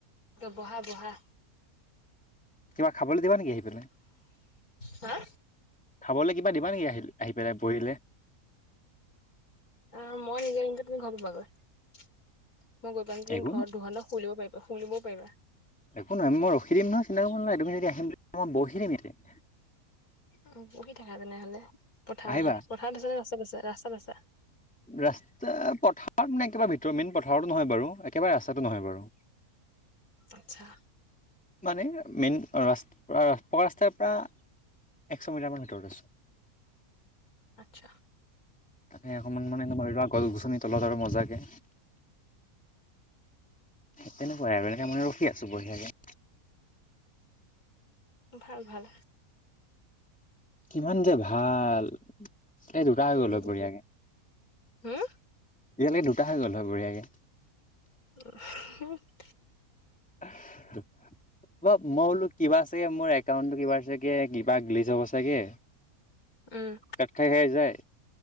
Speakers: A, on the left; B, in the centre.
A: বহা বহা
B: কিবা খাবলে দিবা নিকি আহি পেলাই
A: হা
B: খাবলে কিবা দিবা নেকি আহিল আহি পেলাই বহিলে।
A: অ', মই নিজে নিমে তুমি ঘৰ পাবাগৈ মই গৈ পাও তুমি
B: একো
A: ঘৰত
B: ন
A: দুঘণ্টা শুই লব পাৰি। শুনিবও পাৰিবা।
B: একো নহয়, মই ৰখি দিম নহয় চিন্তা কৰিব নাই। তুমি যদি আহিম মই বহি দিম ইয়াতে।
A: অ', পঢ়হি থাকা তেনেহ'লে। পথাৰতে,
B: আহিবা
A: পথাৰত আছে নে ৰাস্তাত আছে? ৰাস্তাত আছা।
B: ৰাস্তা পথাৰত মানে একেবাৰে ভিতৰ মেইন পথাৰতো নহয় বাৰু, একেবাৰে ৰাস্তাটো নহয় বাৰু।
A: আচ্ছা।
B: মানে মেইন ৰাস পকা ৰাস্তাৰ পৰা- একশ মিটাৰ মান ভিতৰত আছো।
A: আচ্ছা।
B: তাকে অকণমান মানে এনেকুৱা ৰুৱা গছ-গছনি তলত আৰু মজাকে। তেনেকুৱাই আৰু এনেকে মানে ৰখি আছো বঢ়িয়াকে।
A: ভাল-ভাল।
B: কিমান যে ভাল তাই দুটা হৈ
A: উম
B: গ'ল
A: বহুত
B: বঢ়িয়াকে।
A: হম
B: এয়ালৈকে দুটা হৈ গ'ল হয় বঢ়ীয়াকৈ।
A: <unintelligible>
B: <inaudible> অহ', মই বোলো কিবা চাগে মোৰ একাউণ্টটো কিবা আছেগে কিবা গেলেজ হ'ব চাগে।
A: উমঁ।
B: কাট খাই-খাই যায়।